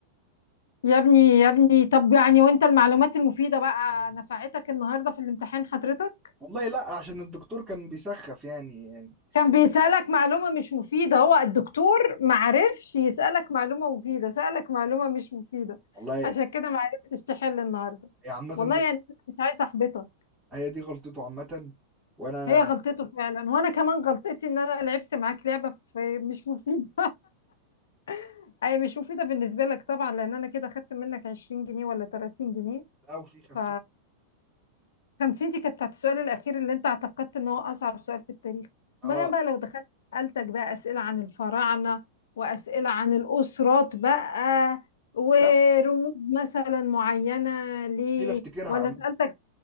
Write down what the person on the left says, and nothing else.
يا ابني يا ابني طب يعني وانت المعلومات المفيدة بقى نفعتك النهاردة في الامتحان حضرتك
كان بيسألك معلومة مش مفيدة هو الدكتور معرفش يسألك معلومة مفيدة سألك معلومة مش مفيدة
عشان كده معرفتش تحل النهاردة
والله
يعني مش عايزة احبطك
هي غلطته فعلا وانا كمان غلطتي ان انا لعبت معاك لعبه في مش مفيده <laughs> اي مش مفيده بالنسبه لك طبعا لان انا كده خدت منك 20 جنيه ولا 30 جنيه
ف 50 دي كانت بتاعت السؤال الاخير اللي انت اعتقدت ان هو اصعب سؤال في التاريخ
امال انا بقى لو دخلت سالتك بقى اسئله عن الفراعنه واسئله عن الاسرات بقى ورموز
مثلا معينه ليه
ولا
سالتك